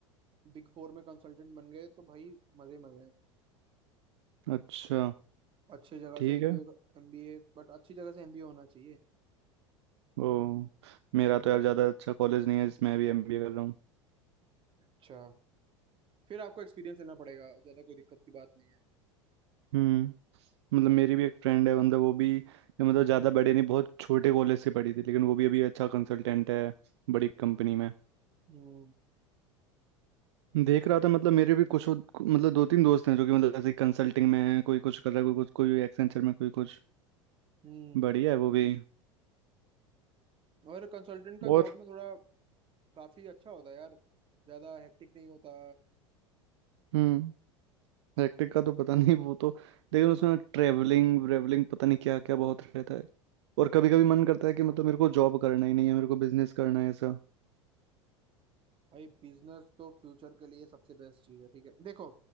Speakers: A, on the right; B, on the right.
A: बिग फोर में कंसल्टेंट बन गए तो भाई मजे मजे हैं
B: अच्छा
A: अच्छी जगह
B: ठीक
A: से एमबीए
B: है
A: एमबीए बट अच्छी जगह से एमबीए होना चाहिए
B: वो मेरा
A: हम्म
B: तो यार ज़्यादा अच्छा कॉलेज नहीं है जिसमें अभी एमबीए कर रहा हूँ
A: अच्छा फिर आपको एक्सपीरियंस लेना पड़ेगा ज्यादा कोई दिक्कत की बात नहीं है
B: हम्म मतलब मेरी भी एक फ्रेंड है मतलब वो भी मतलब ज़्यादा बड़े नहीं बहुत छोटे कॉलेज से पढ़ी थी लेकिन वो भी अभी अच्छा कंसल्टेंट है बड़ी कंपनी में
A: हम्म
B: देख रहा था मतलब मेरे भी कुछ और- मतलब दो तीन दोस्त हैं जो कि मतलब ऐसे कंसल्टिंग में है कोई कुछ कर रहा है कोई कुछ कोई एक्सेंचर में कोई कुछ
A: हम्म
B: बढ़िया है वो भी
A: और कंसल्टेंट का
B: और
A: जॉब ना थोड़ा काफी अच्छा होता है यार ज्यादा हेक्टिक नहीं होता
B: हम्म हेक्टिक का तो पता नहीं वो तो लेकिन उसमें ट्रेवलिंग व्रेवलिंग पता नहीं क्या क्या बहुत रहता है और कभी कभी मन करता है कि मतलब मेरे को जॉब करना ही नहीं है मेरे को बिजनेस करना है ऐसा
A: भाई बिजनेस तो फ्यूचर के लिए सबसे बेस्ट चीज है ठीक है देखो